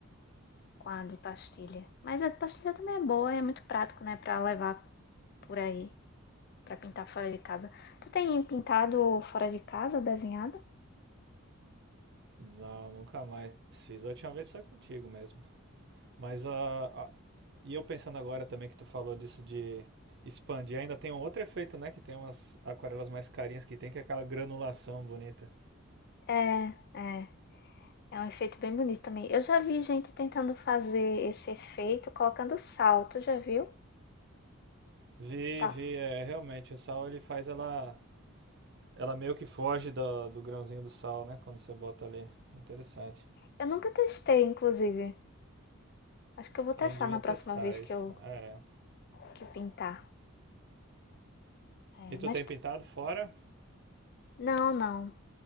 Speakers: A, on the left; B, on the right.
A: com a de pastilha. Mas a de pastilha também é boa, é muito prático, né, pra levar por aí, pra pintar fora de casa. Tu tem pintado fora de casa, desenhado?
B: Não, nunca mais fiz. A última vez foi contigo mesmo. Mas a, a- e eu pensando agora também que tu falou disso de expandir, ainda tem um outro efeito, né? Que tem umas aquarelas mais carinhas que tem, que é aquela granulação bonita.
A: É, é. É um efeito bem bonito também. Eu já vi gente tentando fazer esse efeito colocando sal. Tu já viu?
B: Vi,
A: Sal.
B: vi, é, realmente, o sal ele faz ela, ela meio que foge do, do grãozinho do sal, né? Quando você bota ali. Interessante.
A: Eu nunca testei, inclusive. Acho que eu vou testar
B: A gente devia
A: na
B: testar
A: próxima vez
B: isso.
A: que eu
B: É.
A: que pintar. É,
B: E tu
A: mas
B: tem pintado fora?
A: não, não.